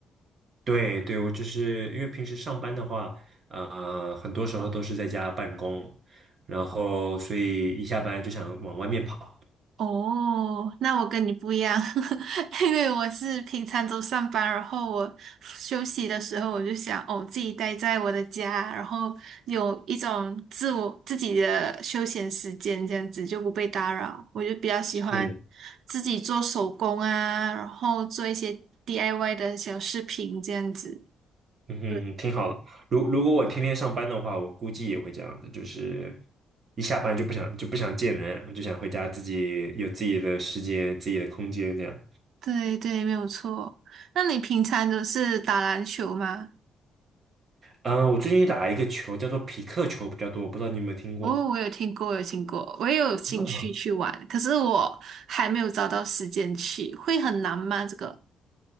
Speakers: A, on the right; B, on the right.
A: 对对，我就是因为平时上班的话，呃，很多时候都是在家办公，然后所以一下班就想往外面跑。
B: 哦，那我跟你不一样，<laughs> 因为我是平常都上班，然后我休息的时候我就想，哦，自己待在我的家，然后有一种自我自己的休闲时间，这样子就不被打扰。我就比较喜欢
A: 是。
B: 自己做手工啊，然后做一些 DIY 的小饰品这样子。
A: 嗯哼，
B: 对
A: 挺好的。如如果我天天上班的话，我估计也会这样子，就是一下班就不想就不想见人，就想回家自己有自己的时间、自己的空间这样。
B: 对对，没有错。那你平常都是打篮球吗？
A: 嗯，我最近打一个球叫做匹克球比较多，我不知道你有没有听过。
B: 哦，我有听过，有听过，我也有兴趣去玩，
A: 嗯，
B: 可是我还没有找到时间去，会很难吗？这个？